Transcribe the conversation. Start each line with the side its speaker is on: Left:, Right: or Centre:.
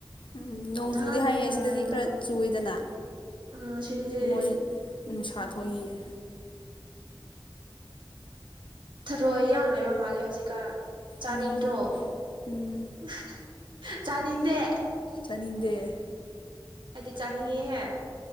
Left: ꯎꯝ ꯅꯣꯡꯖꯨꯗꯤ
Right: ꯅꯍꯥꯟ
Left: ꯍꯥꯏꯌꯦ
Right: ꯉꯔꯥꯡꯗꯣ
Left: ꯁꯤꯗꯗꯤ ꯈꯔ ꯆꯨꯏꯗꯅ
Right: ꯎꯝ ꯁꯤꯗꯤ
Left: ꯃꯣꯏ ꯅꯨꯡꯁꯥ
Right: ꯎꯝ
Left: ꯊꯣꯛꯏꯌꯦ
Right: ꯊꯔꯣꯏ ꯌꯥꯝ ꯂꯩꯕ ꯃꯥꯜꯂꯦ ꯍꯧꯖꯤꯛꯀꯥꯟ ꯆꯥꯅꯤꯡꯗ꯭ꯔꯣ
Left: ꯎꯝ ꯎꯝ
Right: <unintelligible> ꯆꯥꯅꯤꯡꯗꯦ
Left: ꯆꯥꯅꯤꯡꯗꯦ
Right: ꯍꯥꯏꯗꯤ ꯆꯥꯅꯤꯡꯉꯦꯍꯦ